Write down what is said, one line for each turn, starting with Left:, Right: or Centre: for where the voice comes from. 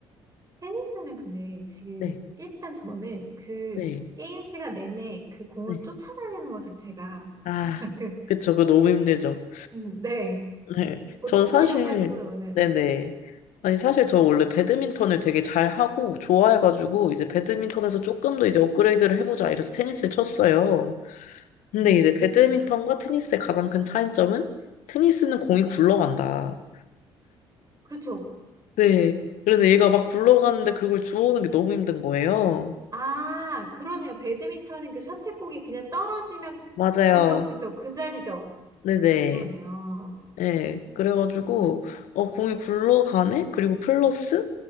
Right: 테니스는 근데 지금
Left: <laughs> 네,
Right: 일단 저는 그
Left: 네,
Right: 게임 시간 내내 그 공을
Left: 네.
Right: 쫓아다니는 것 자체가
Left: 아,
Right: <laughs> 그,
Left: 그쵸. 그거 너무 힘들죠.
Right: 음, 네
Left: 네.
Right: 보통
Left: 전 사실,
Right: 체력 가지고는
Left: 네네. 아니, 사실 저 원래 배드민턴을 되게 잘하고 좋아해가지고, 이제 배드민턴에서 조금 더 이제 업그레이드를 해보자 이래서 테니스를 쳤어요. 근데
Right: 음,
Left: 이제 배드민턴과 테니스의 가장 큰 차이점은 테니스는 공이 굴러간다.
Right: 그렇죠.
Left: 네. 그래서 얘가 막 굴러가는데 그걸 주워오는 게 너무 힘든 거예요.
Right: 아, 그러네요. 배드민턴은 그 셔틀콕이 그냥 떨어지면
Left: 맞아요.
Right: 굴러, 그죠? 그 자리죠?
Left: 네네.
Right: 그러네요.
Left: 네. 그래가지고,
Right: 음,
Left: 어, 공이 굴러가네? 그리고 플러스